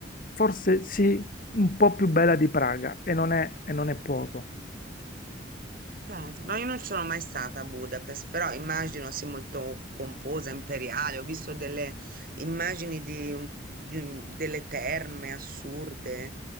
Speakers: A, on the left (about 45°); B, on the right (about 45°).
A: forse sì, un po' più bella di Praga, e non è, e non è poco.
B: Certo, No, io non ci sono mai stata a Budapest, però immagino sia molto pomposa, imperiale. Ho visto delle immagini di, un- di un- delle terme assurde,